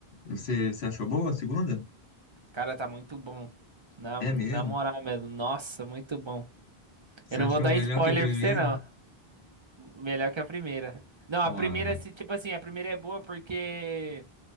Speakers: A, on the left; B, on the right.
A: Você, você achou boa a segunda?
B: Cara, tá muito bom. Na,
A: É mesmo?
B: na moral mesmo. Nossa, muito bom.
A: Você
B: Eu não
A: achou
B: vou dar
A: melhor
B: spoiler
A: que a primeira?
B: pra você, não. Melhor que a primeira. Não,
A: Claro,
B: a primeira, se- tipo assim, a primeira é boa porque